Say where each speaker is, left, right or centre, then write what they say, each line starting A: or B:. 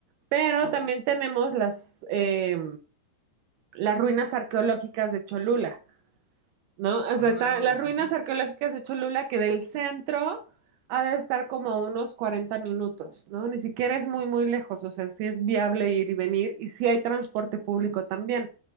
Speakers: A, on the right (about 80°); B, on the right (about 45°).
A: Pero
B: ujú,
A: también tenemos las, eh, las ruinas arqueológicas de Cholula. ¿no? O
B: ah,
A: sea, está, las ruinas
B: ujú.
A: arqueológicas de Cholula, que del centro ha de estar como a unos 40 minutos, ¿no? Ni siquiera es muy, muy lejos, o sea, sí es viable ir y venir y sí hay transporte público también.